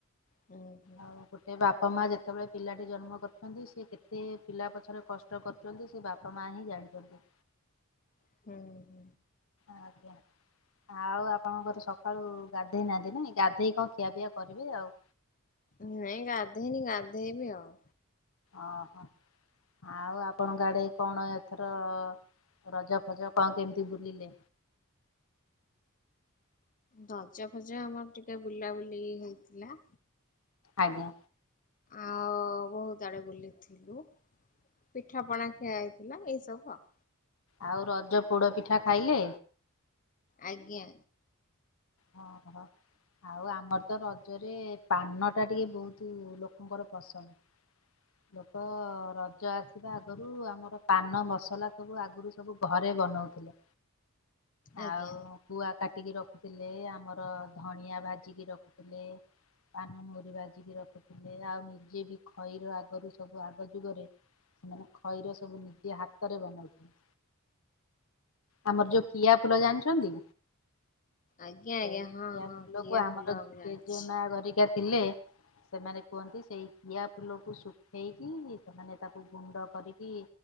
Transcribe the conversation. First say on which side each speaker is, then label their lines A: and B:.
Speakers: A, on the left (about 40°); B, on the left (about 70°).
A: ହୁଁ ହୁଁ
B: ଆଉ ଗୋଟେ ସେ ବାପା ମା ଯେତେବେଳେ ପିଲାଟି ଜନ୍ମ କରିଛନ୍ତି, ସେ କେତେ ପିଲା ପଛରେ କଷ୍ଟ କରି ଛନସେ ବାପା ମା ହିଁ ଜାଣିଛନ୍ତି।
A: ହୁଁ।
B: ଆଜ୍ଞା, ଆଉ ଆପଣଙ୍କ ସକାଳୁ ଗାଧେଇ ନାହାଁନ୍ତି ନା, ଗାଧେଇ କଣ ଖିଆ ପିଆ କରିବେ ଆଉ।
A: ନାଇଁ, ଗାଧେଇନି ଗାଧେଇବି ଆଉ।
B: ଓହୋ, ଆଉ ଆପଣଙ୍କ ଆାଡେ କଣ ଏଥର ରଜ ଫଜ କଣ କେମିତି ବୁଲିଲେ।
A: ରଜା ଫଜ ଆମର ଟିକେ ବୁଲାବୁଲି ହେଇଥିଲା।
B: ଆଜ୍ଞା।
A: ଆଉ, ବହୁତ ଆଡେ ବୁଲିଥିଲୁ। ପିଠାପଣା ଖିଆ ହେଇଥିଲା ଏଇ ସବୁ ଆଉ
B: ଆଉ ରଜ ପୋଡ ପିଠା ଖାଇଲେ।
A: ଆଜ୍ଞା
B: ହଁ, ହଁ ଆଉ ଆମର ତ ରଜରେ ପାନ ଟା ଟିକେ ବହୁତ ଲୋକଙ୍କର ପସନ୍ଦ। ଲୋକ ରଜ ଆସିବା ଆଗରୁ ଆମର ପାନ ମସଲା ସବୁ ଆଗରୁ ସବୁ ଘରେ ବନାଉଥିଲେ।
A: ଆଜ୍ଞା
B: ଆଉ ଗୁଆ କାଟିକି ରଖୁଥିଲେ, ଆମର ଧଣିଆ ଭାଜିକି ରଖୁଥିଲେ। ପାନ ମଧୁରି ଭାଜିକି ରଖୁଥିଲେ, ଆଉ ନିଜେ ବି ଖଇର ଆ ଆଗରୁ ସବୁ, ଆଗ ଯୁଗରେ ସେମାନେ ଖଇର ସବୁ ନିଜେ ହାତରେ ବନାଉଥିଲେ। ଆମର ଯୋଉ କିଆ ଫୁଲ ଜାଣିଛନ୍ତି।
A: ଆଜ୍ଞା
B: ସେଇଆ
A: ଆଜ୍ଞା ହଁ ହଁ
B: ଫୁଲକୁ
A: କିଆ
B: ଆମର
A: ଫୁଲ ମୁଁ ଜାଣିଛି।
B: ଜେଜେ ମା ହେରିକା ଥିଲେ ସେମାନେ କୁହନ୍ତି, ସେଇ କିିଆ ଫୁଲକୁ ଶ ହେଇକି, ସେମାନେ ତାକୁ ଗୁଣ୍ଡ କରିକି